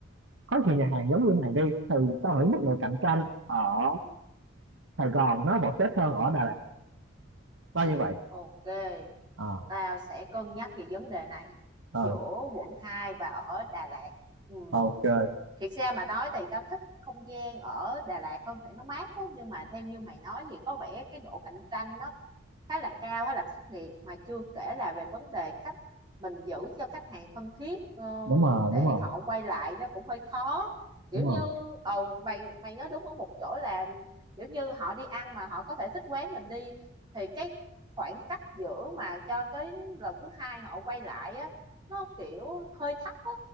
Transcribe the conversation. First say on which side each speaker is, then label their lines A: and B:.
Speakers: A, on the right; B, on the right.
A: có nhiều nhà hàng giống như này đi thì tao nghĩ mức độ cạnh tranh ở Sài Gòn nó vẫn tốt hơn ở Đà Lạt tao như vậy
B: ok
A: à
B: tao sẽ cân nhắc về vấn đề này
A: ờ
B: giữa quận 2 và ở Đà Lạt ừ.
A: ok
B: thiệt ra mà nói thì tao thích không gian ở Đà Lạt hơn tại nó mát á nhưng mà theo như mày nói thì có vẻ cái độ cạnh tranh nó khá là cao khá là khắc nghiệt mà chưa kể là về vấn đề cách mình giữ cho khách hàng thân thiết ờ,
A: đúng rồi
B: để
A: đúng rồi
B: họ quay lại nó cũng hơi khó kiểu
A: đúng rồi
B: như ồ mày mày nói đúng ở một chỗ là kiểu như họ đi ăn mà họ có thể thích quán mình đi thì cái khoảng cách giữa mà cho cái lần thứ hai họ quay lại á nó kiểu hơi thấp á